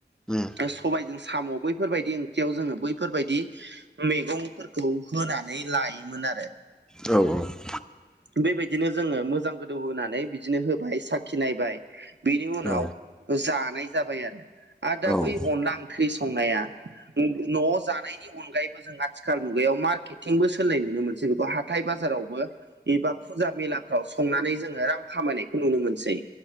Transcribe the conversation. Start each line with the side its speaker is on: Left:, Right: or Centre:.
Centre: ओम
Right: सबायजों साम' बैफोरबायदि ओंख्रयाव जोङो बैफोरबायदि मैगंफोरखौ होनानै लायोमोन आरो
Centre: औ औ
Right: बेबायदिनो जोङो मोजां गोदौ होनानै बिदिनो होबाय साखिनायबाय बेनि उनाव
Centre: औ
Right: जानाय जाबाय आरो आरो दा
Centre: औ
Right: बै अनला ओंख्रि संनाया न'आव जानाय नि अनगायैबो जों आथिखाल मुगायाव मार्केटिंबो सोनाय नुनो मोनसै बेखौ हाथाय बाजारावबो एबा बा मेलाफ्राव संनानै जोङो रां खामायनायखौ नुनो मोनसै